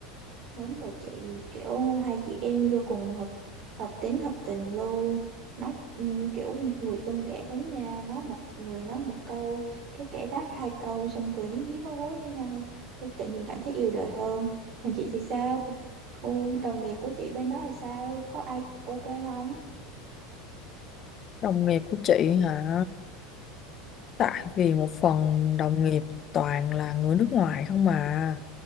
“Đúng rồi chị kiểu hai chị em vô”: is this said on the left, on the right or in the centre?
Right